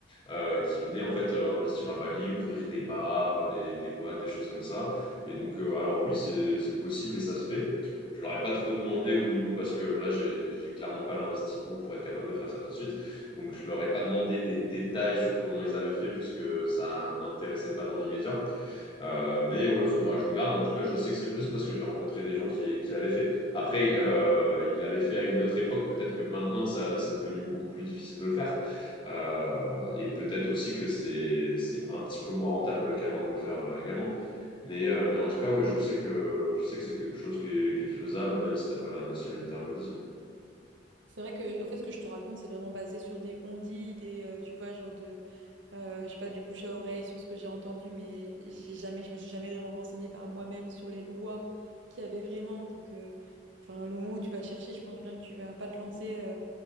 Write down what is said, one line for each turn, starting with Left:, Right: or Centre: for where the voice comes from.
Left: euh, qui venaient en fait euh, investir à Bali, ouvrir des bars, des, des boîtes, des choses comme ça. Et donc, euh, alors oui, c'est c'est possible et ça se fait je leur ai pas trop demandé au niveau parce que là j'ai j'ai clairement pas l'investissement pour être capable de faire ça tout de suite donc je leur ai pas demandé des détails sur comment ils avaient fait puisque ça m'intéressait pas dans l'immédiat euh, mais ouais faudra que je regarde mais en tout cas je sais que c'est possible parce que j'ai rencontré des gens qui, qui l'avaient fait après euh, ils l'avaient fait à une autre époque peut-être que maintenant ça c'est devenu beaucoup plus difficile de le faire euh, et peut-être aussi que c'est c'est un petit peu moins rentable qu'avant de le faire euh, également mais, euh, mais en tout cas, ouais, je sais que, je sais que c'est quelque chose qui est, qui est faisable, même si t'as pas la nationalité indonésienne.
Right: C'est vrai que en fait ce que je te raconte c'est vraiment basé sur des on-dit, des euh, tu vois genre de euh, je sais pas du bouche à oreille sur ce que j'ai entendu mais j'ai jamais je me suis jamais vraiment renseignée par moi-même sur les lois qu'il y avait vraiment donc euh, enfin le moment où tu vas chercher je pense bien que tu vas pas te lancer euh,